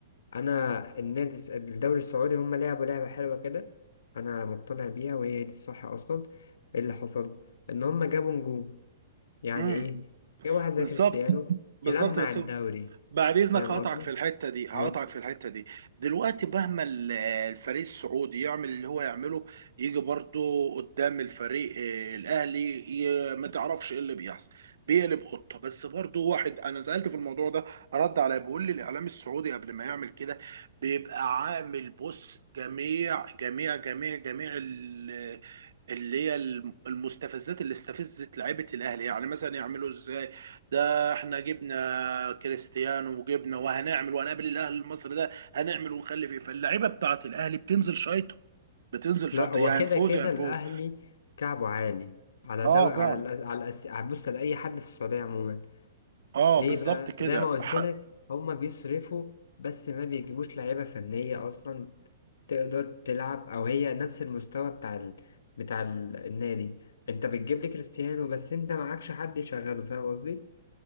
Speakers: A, on the left; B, on the right.
A: انا النادي الس- الدوري السعودي هم لعبوا لعبه حلوه كده انا مقتنع بيها وهي دي الصح اصلا إيه اللي حصل ان هم جابوا نجوم يعني
B: امم
A: ايه جابوا واحد زي
B: بالظبط
A: كريستيانو
B: بالظبط
A: يلمع
B: بس
A: الدوري
B: بعد اذنك
A: فاهم
B: هقطعك
A: قصدي
B: في الحته دي هقطعك
A: أه.
B: في الحته دي دلوقتي مهما ال- الفريق السعودي يعمل اللي هو يعمله يجي برضو قدام الفريق آه، الاهلي ي- ما تعرفش ايه اللي بيحصل بيقلب قطه بس برضو واحد انا سالت في الموضوع ده رد عليا بيقول لي الاعلام السعودي قبل ما يعمل كده بيبقى عامل بص جميع جميع جميع جميع ال- اللي هي الم- المستفزات اللي استفزت لعيبه الاهلي يعني مثلا يعملوا ازاي ده احنا جبنا كريستيانو وجبنا وهنعمل وهنقابل الاهلي المصري ده هنعمل ونخلي فيه فاللعيبه بتاعت الاهلي بتنزل شايطه بتنزل
A: لا
B: شايطه
A: هو
B: يا
A: كده
B: هنفوز
A: كده
B: يا هنفوز
A: الاهلي كعبه عالي على
B: اه
A: دوري
B: فعلا
A: على ال- على الأس- بص لاي حد في السعوديه عموما
B: اه
A: ليه
B: بالظبط
A: بقى
B: كده
A: زي ما قلت
B: ح-
A: لك هما بيصرفوا بس ما بيجيبوش لعيبة فنية أصلا تقدر تلعب أو هي نفس المستوى بتاع ال... بتاع ال- النادي أنت بتجيب لي كريستيانو بس أنت معكش حد يشغله فاهم قصدي؟